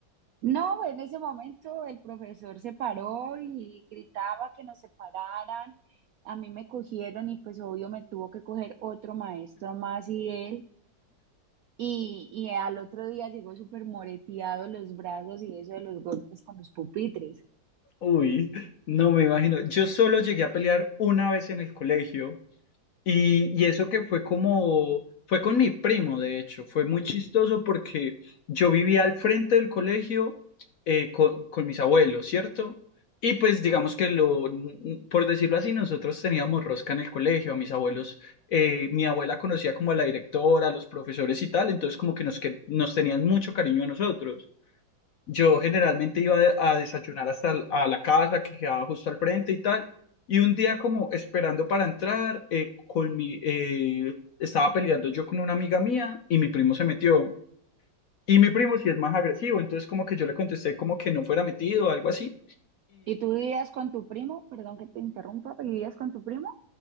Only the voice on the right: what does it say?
No, en ese momento el profesor se paró y gritaba que nos separaran. A mí me cogieron y pues obvio me tuvo que coger otro maestro más y él. Y, y al otro día llegó súper moreteado los brazos y eso de los golpes con los pupitres.
¿Y tú vivías con tu primo? Perdón que te interrumpa, ¿vivías con tu primo?